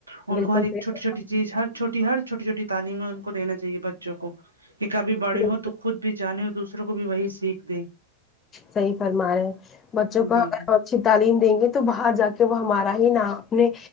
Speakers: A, on the right; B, on the left.
A: ان
B: بالکل
A: کو ہر ایک
B: صحیح
A: چھوٹی
B: فرما
A: چھوٹی چیز ہر چھوٹی ہر چھوٹی چھوٹی تعلیمیں ان کو دینا چاہیے بچوں کو کہ کبھی بڑے
B: بالکل
A: ہو تو خود بھی جانے اور دوسروں کو بھی وہی سیکھ دیں
B: صحیح فرما رہے ہیں بچوں کو
A: جی
B: اگر
A: جی
B: اچھی تعلیم دیںگے تو باہر جا کے وہ ہمارا ہی نام اپنے